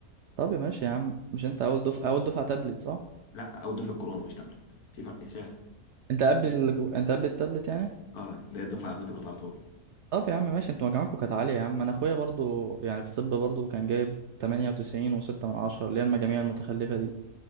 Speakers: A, on the right; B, on the left.
A: طب ماشي يا عم مش انت أول دفعة أول دفعة تابلت صح
B: لا اول دفعه كورونا مش تابلت في فرق شاسع
A: انت قبل ال... انت قبل التابلت يعني
B: اه اللي هي الدفعه قبل تابلت على طول
A: طب يا عم ماشي انتوا مجامعكم كانت عالية يا عم انا اخويا برضو يعني في طب برضو كان جايب 98 وستة من عشرة اللي هي المجاميع المتخلفة دي